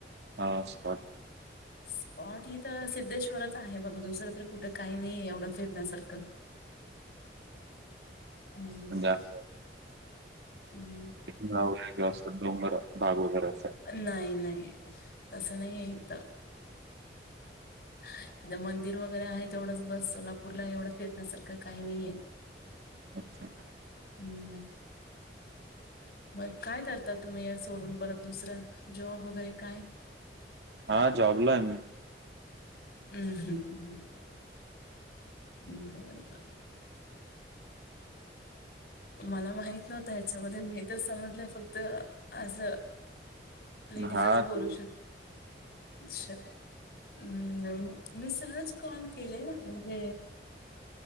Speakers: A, on the right; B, on the left.
A: हां स्पॉट
B: स्पॉट हिथ सिद्धेश्वरच आहे बघ दुसरं तरी कुठं काही नाही एवढं फिरण्यासारखं हम्
A: म्हणजे असं
B: हम्
A: गाव व असं डोंगर भाग वगैरे असं
B: नाही नाही तसं नाही येत हम् इथ मंदिर वगैरे आहे तेवढंच बस सोलापूरला एवढं फिरण्यासारखं काही नाहीये
A: अच्छा
B: हम्म मग काय करता तुम्ही या सोडून परत दुसरं जॉब वगैरे काय
A: हा जॉबलो आहे मी
B: हम् हम् हम् ह् ह् बर बर मला माहित नव्हतं ह्याच्यामध्ये मी तर समजलं फक्त आज लेडीजच
A: हा ते
B: बोलू शकत अच्छा हम् मी सहज कॉल केले म्हणजे